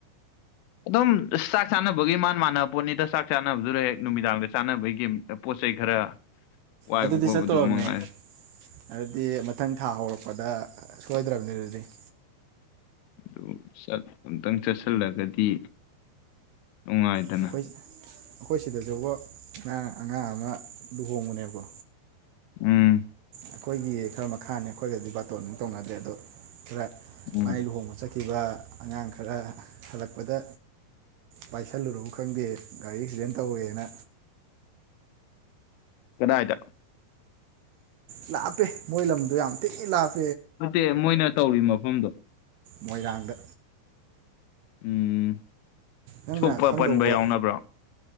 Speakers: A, on the left; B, on the right.
A: ꯑꯗꯨꯝ ꯆꯥꯛ ꯆꯥꯅꯕꯒꯤ ꯃꯥꯟ ꯃꯥꯟꯅꯕ ꯄꯣꯠꯅꯤꯗ ꯆꯥꯛ ꯆꯥꯅꯕꯗꯨꯗ ꯍꯦꯛ ꯅꯨꯃꯤꯗꯥꯡꯗ ꯆꯥꯅꯕꯒꯤ ꯄꯣꯠ ꯆꯩꯩ ꯈꯔ ꯋꯥꯏꯕ
B: ꯑꯗꯨꯗꯤ
A: ꯈꯣꯠꯄꯗꯨ
B: ꯆꯠꯇꯣꯕꯅꯦ
A: ꯃꯉꯥꯏ
B: ꯑꯗꯨꯗꯤ ꯃꯊꯪ ꯊꯥ ꯍꯧꯔꯛꯄꯗ ꯁꯣꯏꯗ꯭ꯔꯝꯅꯤ ꯑꯗꯨ <unintelligible>
A: <unintelligible> ꯑꯝꯇꯪ ꯆꯠꯁꯤꯜꯂꯒꯗꯤ ꯅꯨꯡꯉꯥꯏꯗꯅ
B: ꯑꯩꯈꯣꯏ ꯑꯩꯈꯣꯏ ꯁꯤꯗꯁꯨꯕꯨ ꯉꯥ ꯑꯉꯥꯡ ꯑꯃ ꯂꯨꯍꯣꯡꯕꯅꯦꯕ
A: ꯎꯝ
B: ꯑꯩꯈꯣꯏꯒꯤ ꯈꯔ ꯃꯈꯥꯅꯦ ꯑꯩꯈꯣꯏꯒꯗꯤ ꯕꯥꯇꯣꯟ ꯑꯃ ꯇꯧꯅꯗꯦ ꯑꯗꯣ <unintelligible>
A: ꯎꯝ
B: ꯃꯥꯏ ꯂꯨꯍꯣꯡꯕ <unintelligible> ꯈꯤꯕ ꯑꯉꯥꯡ ꯈꯔ ꯍꯜꯂꯛꯄꯗ ꯄꯥꯏꯁꯜꯂꯨꯨ ꯈꯪꯗꯦ ꯒꯥꯔꯤ ꯑꯦꯛꯁꯤꯗꯦꯟ ꯇꯧꯋꯦꯅ
A: ꯀꯗꯥꯏꯇ
B: ꯂꯥꯞꯄꯦ ꯃꯣꯏ ꯂꯝꯗꯣ ꯌꯥꯝ ꯊꯤ ꯂꯥꯞ
A: ꯅꯠꯇꯦ ꯃꯣꯏꯅ ꯇꯧꯔꯤ ꯃꯐꯝꯗꯣ
B: ꯃꯣꯏꯔꯥꯡꯗ
A: ꯎꯝ
B: ꯅꯪꯅ
A: ꯁꯣꯛꯄ
B: ꯈꯪꯗꯧꯕ
A: ꯄꯟꯕ ꯌꯥꯎꯅꯕ꯭ꯔꯣ